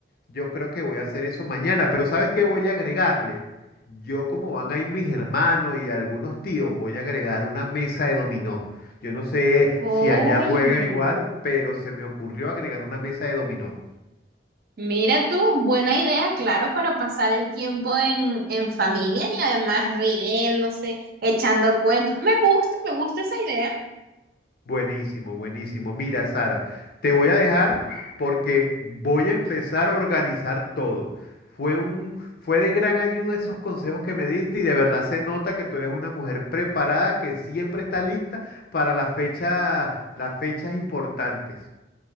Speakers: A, on the left; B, on the right.
A: Yo creo que voy a hacer eso mañana, pero ¿sabes qué voy a agregarle? Yo como van ahí mis hermanos y algunos tíos, voy a agregar una mesa de dominó. Yo no sé
B: Uy,
A: si allá juega igual, pero se me ocurrió agregar una mesa de dominó.
B: mira tú, buena idea, claro, para pasar el tiempo en, en familia y además riéndose, echando cuentos. Me gusta, me gusta esa idea.
A: Buenísimo, buenísimo. Mira, Sara, te voy a dejar porque voy a empezar a organizar todo. Fue un, fue de gran ayuda esos consejos que me diste y de verdad se nota que tú eres una mujer preparada que siempre está lista para las fechas, las fechas importantes.